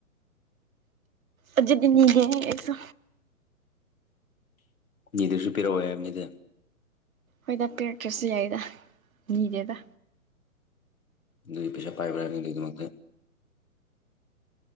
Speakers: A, on the right; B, on the left.
A: ꯑꯖꯤꯗꯤꯅꯤꯒꯁꯨ
B: ꯅꯤꯗꯁꯨ ꯄꯤꯔꯛꯑꯣꯅꯤꯗ
A: ꯍꯣꯏꯗ ꯄꯤꯔꯛꯇ꯭ꯔꯁꯨ ꯌꯥꯏꯗ ꯅꯤꯗꯦꯗ
B: ꯗꯨꯗꯤ ꯄꯩꯁꯥ ꯄꯥꯏꯕꯅꯤ ꯑꯗꯨꯒꯤ ꯃꯊꯦ